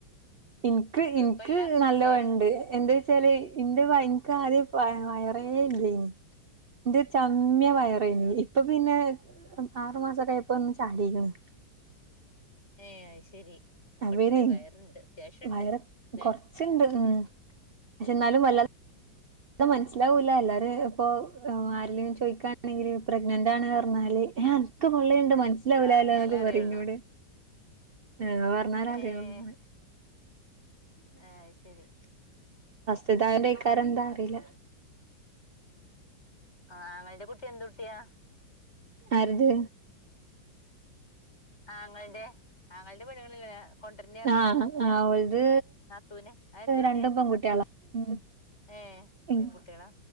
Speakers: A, on the right; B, on the left.
A: എനിക്ക്
B: കൊഴപ്പല്ല
A: എനിക്ക് നല്ല
B: ല്ലേ
A: ഉണ്ട് എന്ത് വെച്ചാല് എന്റെ ഭയങ്കര ആദ്യ വയറ വയറേ ഇല്ലാരുന്നു ഇന്റെ ചമ്മ്യ
B: ആഹ്
A: വയറാനു ഇപ്പൊ പിന്നെ ആറു മാസൊക്കെ ആയപ്പോ ഒന്ന് ചാടിയേക്കണ്
B: ഏഹ് അത് ശെരി അപ്പം
A: അപ്പ പിന്നെ
B: ഇണ്ട് വയറുണ്ട് അത്യാവശ്യം ഉണ്ട്
A: വയറ്
B: ല്ലേ
A: കൊറച്ച്ണ്ട് ഉം എന്നാലും വല്ല
B: ഉം ഉം
A: അത് മനസ്സിലാവൂല്ലേ എല്ലാരും ഇപ്പൊ ആരേലും ചോദിക്കാണെങ്കിലും പ്രഗ്നന്റ് ആണ് പറഞ്ഞാല് ആഹ് എനക്ക് പള്ളയുണ്ട് മനസ്സിലാവൂലാല്ലേ
B: പറഞ്ഞാലേ
A: എന്നൊക്കെ
B: അറിയുള്ളൂ
A: പറഞ്ഞോട് ആഹ് പറഞ്ഞാലതേ
B: ഏഹ്
A: ഉള്ളുന്ന്
B: ആഹ് അത് ശെരി
A: <unintelligible> എന്താ അറിയില്ല
B: ആഹ് നിന്റെ കുട്ടി എന്ത് കുട്ടിയാ
A: ആരിത്
B: ആങ്ങളേടെ ആങ്ങളേടെ പെണ്ണുങ്ങളില്ലേ കൊണ്ടരുന്നു പറഞ്ഞേ
A: ആഹ് ആഹ് ഓൽത്
B: നാത്തൂനെ അതെന്തൂട്ടിയെ
A: രണ്ടും പെൺകുട്ടികളാ ഉം
B: ഏഹ്
A: ഉം
B: പെൺകുട്ടികളാ